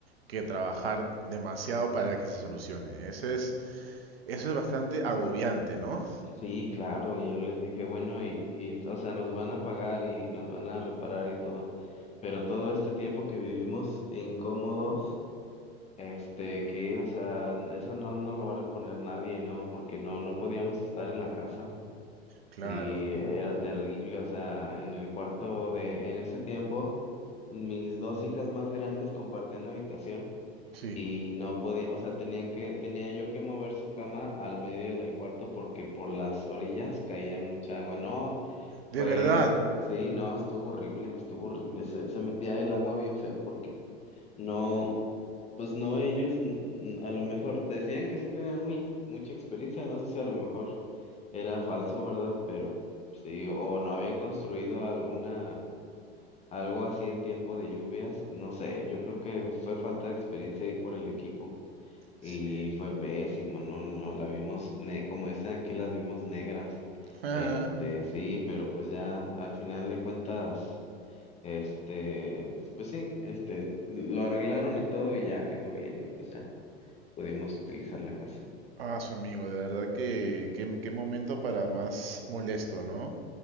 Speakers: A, on the right; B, on the left.
A: que trabajar demasiado para que se solucione. Eso es, eso es bastante agobiante, ¿no?
B: Sí, claro, y yo les dije, bueno, y, y, o sea, nos van a pagar y nos van a reparar y todo, pero todo este tiempo que vivimos incómodos, este, que, o sea, n- eso no, no lo va a reponer nadie, ¿no? Porque no, no podíamos estar en la casa
A: Claro,
B: y era terrible, o sea, en el cuarto de, en ese tiempo, mis dos hijas más grandes compartían habitación
A: sí,
B: y no podía, o sea, tenían que, tenía yo que mover su cama al medio del cuarto porque por las orillas caía mucha agua. No, fue,
A: de verdad,
B: sí, no, estuvo horrible, estuvo horrible. Se, se metía el agua bien feo porque no, pues no, ellos mm, a lo mejor decían que sí tenían muy, mucha experiencia, no sé si a lo mejor era falso, ¿verdad? Pero sí, o no habían construido alguna... Algo así en tiempo de lluvias, no sé, yo creo que fue falta de experiencia ahí por el equipo. Y
A: sí.
B: fue pésimo, no, no, la vimos, ne como dicen aquí, las vimos negras.
A: <laughs>
B: Este, sí, pero pues ya al final de cuentas, este, pues sí, este, lo arreglaron y todo y ya quedó bien y pues ya pudimos utilizar la casa.
A: Ah, ah, su amigo, de verdad que qué, qué momento para más molesto, ¿no?